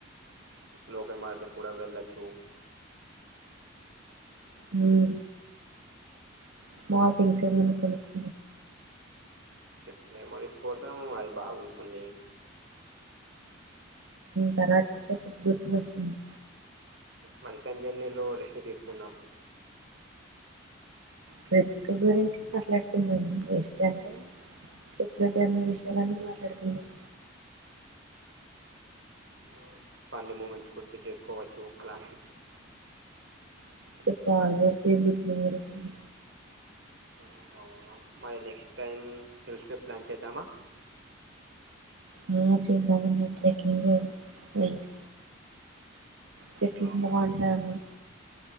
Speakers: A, on the right; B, on the right.
A: లోకల్ మార్కెట్ కూడా వెళ్ళచ్చు
B: హుమ్ స్మాల్ తింగ్స్ అవి ఏమనకొనుక్
A: ట్రిప్ మెమరీస్ కోసం అది బాగుంటుంది
B: తరా చూస్తే చెప్పు గుర్తుకు వస్తుంది
A: మరిపన్ జర్నీలో రెస్ట్ తీసుకున్నామ్
B: ట్రిప్ గురించి మాట్లాడుకుందాం రెస్ట్ అంటే ట్రిప్లో జరిగిని విషయాలు అన్ని మాట్లాడుకుందాం
A: హుమ్ ఫన్నీ మూమెంట్స్ గుర్తు చేసుకోవచ్చు అలా
B: trip always be good memories ఏ
A: హుమ్ అవునా మరి next time hills trip plan చేద్దామా
B: ఆ చేద్దాము పోయి ట్రెకింగ్ లైక్ ట్రెక్కింగ్
A: అవును
B: బాగుంటాయి